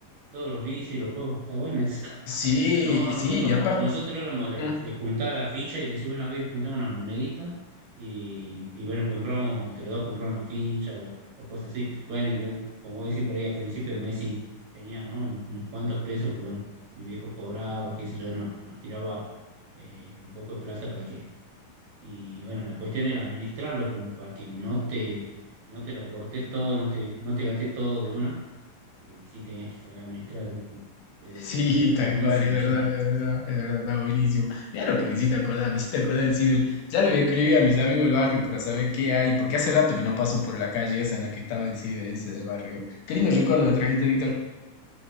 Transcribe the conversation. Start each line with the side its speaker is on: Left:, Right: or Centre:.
Right: todos los bicis y los juegos, está bueno eso.
Left: Sí,
Right: No, nosotros,
Left: sí, y aparte.
Right: nosotros éramos de,
Left: ¿no?
Right: de juntar la ficha y decir, bueno, a ver, juntamos unas moneditas y, y bueno, compramos, entre dos compramos una ficha o, o cosas así. Bueno, y bueno, como vos decís por ahí, al principio de mes sí tenía, ¿no? Unos, unos cuantos pesos, porque bueno, mi viejo cobraba, qué sé yo, no- nos tiraba eh, un poco de plata para que... Y bueno, la cuestión era administrarlo como para que no te, no te la cortes todo, no te, no te gastes todo de una. Eh, sí tenías que saber administrar, así que- pero,
Left: Sí,
Right: pero era
Left: tal
Right: buenísimo,
Left: cual, es verdad,
Right: che.
Left: es verdad, es verdad, está buenísimo. Mirá lo que me hiciste acordar, me hiciste acordar del Ciber. Ya le voy a escribir a mis amigos del barrio para saber qué hay, porque hace rato que no paso por la calle esa en la que estaba el Ciber ese del barrio. Qué lindo recuerdo me trajiste, Víctor.